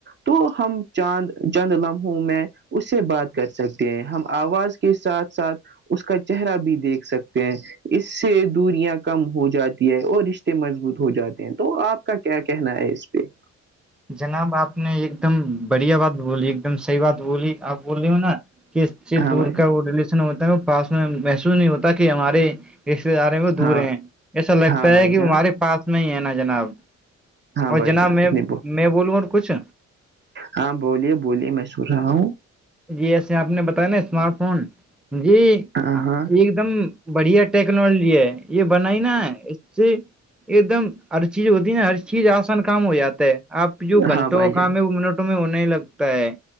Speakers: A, on the right (about 35°); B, in the centre.
A: تو ہم چاند چد لمحوں میں اس سے بات کر سکتے ہیں ہم آواز کے ساتھ ساتھ اس کا چہرہ بھی دیکھ سکتے ہیں اس سے دوریاں کم ہو جاتی ہے اور رشتے مضبوط ہو جاتے ہیں تو آپ کا کیا کہنا ہے اس پہ
B: جناب آپ نے ایک دم بڑھیا بات بولی ایک دم صحیح بات بولی آپ بول رہے ہو نا کس سے
A: ہاں
B: دور
A: بھائی
B: کا وہ ریلیشن ہوتا ہے پاس میں محسوس نہیں ہوتا کہ ہمارے رشتے دار وہ دور
A: ہاں
B: ہیں ایسا لگتا
A: ہاں بھائی
B: ہے کہ
A: جان
B: وہ ہمارے پاس میں ہی ہے نا جناب
A: ہاں
B: اور
A: بھائی
B: جناب
A: جان
B: میں
A: آپ نے
B: میں بولوں اور کچھ
A: ہاں بولیے بولیے میں سن رہا ہوں
B: جی ایسے آپ نے بتایا نا اسمارٹ فون جی ایک
A: ہاں ہاں
B: ایک دم بڑھیا ٹیکنالوجی ہے یہ بنائی نا اس سے ایک دم ہر چیز ہوتی ہے نا ہر چیز آسان کام ہو جاتا ہے آپ جو گھنٹوں
A: ہاں بھائی
B: کا
A: جان
B: کام ہے وہ منٹ میں ہونے لگتا ہے